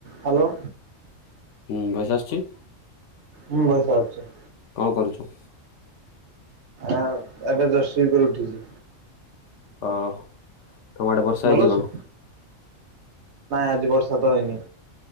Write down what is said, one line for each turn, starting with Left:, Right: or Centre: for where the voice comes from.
Right: Hello.
Left: ହୁଁ voice ଆସୁଛି?
Right: ହୁଁ ଭଏସ୍ ଆସୁଛି।
Left: କଣ କରୁଚୁ?
Right: ଆ ଏବେ ଜଷ୍ଟ ଶୋଇ କରି ଉଠିଛି।
Left: ଅ। ତମ ଆଡେ ବର୍ଷା ହେଇଛି
Right: ନାଇଁ
Left: କଣ?
Right: ଆଜି ବର୍ଷା ତ ହେଇନି।